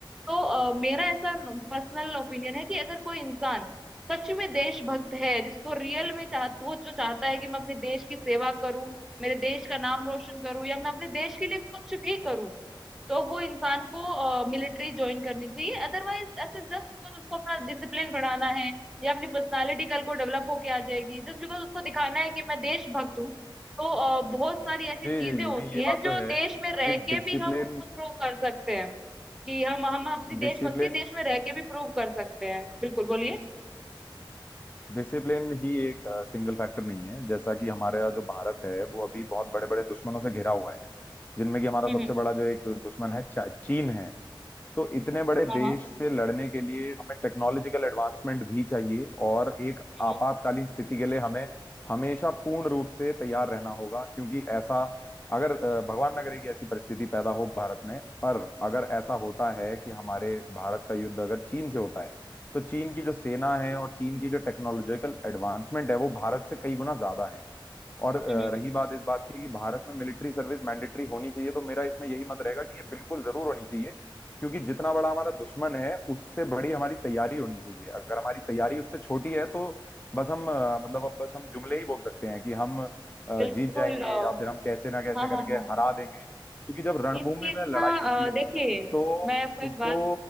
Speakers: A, in the centre; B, on the left.
A: तो अ, मेरा ऐसा पर्सनल ओपिनियन है कि अगर कोई इंसान सच में देशभक्त है जिसको रियल में चाह वो जो चाहता है कि मैं अपने देश की सेवा करूं मेरे देश का नाम रोशन करूं या मैं अपने देश के लिए कुछ भी करूं तो वो इंसान को मिलिट्री ज्वाइन करनी चाहिए अदरवाइज ऐसे जस्ट बिकॉज उसको अपना डिसिप्लिन बढ़ाना है या अपनी पर्सनालिटी कल को डेवलप होके आ जाएगी जस्ट बिकॉज उसको दिखाना है कि मैं देशभक्त हूँ तो अ, बहुत सारी ऐसी
B: जी
A: चीजें
B: जी जी
A: होती
B: नहीं ये
A: हैं
B: बात
A: जो
B: तो
A: देश
B: है
A: में रह
B: कि
A: के
B: डिसिप्लिन
A: भी हम उसको प्रूव कर सकते हैं कि हम हम अपनी
B: डिसिप्लिन
A: देशभक्ति देश में रह के भी प्रूव कर सकते हैं बिल्कुल बोलिए
B: डिसिप्लिन ही एक सिंगल फैक्टर नहीं है जैसा कि हमारा जो भारत है वो अभी बहुत बड़े बड़े दुश्मनों से घिरा हुआ है जिनमें कि हमारा
A: हम्म
B: सबसे
A: हम्म,
B: बड़ा जो एक दुश्मन है चा- चीन है तो इतने बड़े देश
A: हाँ हाँ
B: से लड़ने के लिए हमें टेक्नोलॉजिकल एडवांसमेंट भी चाहिए और एक
A: हम्म
B: आपातकालीन स्थिति के लिए हमें हमेशा पूर्ण रूप से तैयार रहना होगा क्योंकि ऐसा अगर अ, भगवान न करे कि ऐसी परिस्थिति पैदा हो भारत में पर अगर ऐसा होता है कि हमारे भारत का युद्ध अगर चीन से होता है तो चीन की जो सेना है और चीन की जो टेक्नोलॉजिकल एडवांसमेंट है वो भारत से कई गुना ज्यादा है और अ,
A: हम्म, हम्म,
B: रही बात इस बात की कि भारत में मिलिट्री सर्विस मैंडेटरी होनी चाहिए तो मेरा इसमें यही मत रहेगा कि ये बिल्कुल जरूर होनी चाहिए क्योंकि जितना बड़ा हमारा दुश्मन है उससे बड़ी हमारी तैयारी होनी चाहिए अगर हमारी तैयारी उससे छोटी है तो बस हम अ, मतलब अब बस हम जुमले ही बोल सकते हैं कि हम अ,
A: बिल्कुल
B: जीत जाएंगे
A: अ,
B: या फिर हम कैसे ना कैसे
A: हाँ
B: करके
A: हाँ हाँ
B: हरा देंगे क्योंकि जब रणभूमि
A: इस चीज
B: में लड़ाई
A: का अ,
B: होती है
A: देखिए
B: तो
A: मैं आपको एक
B: उसको
A: बात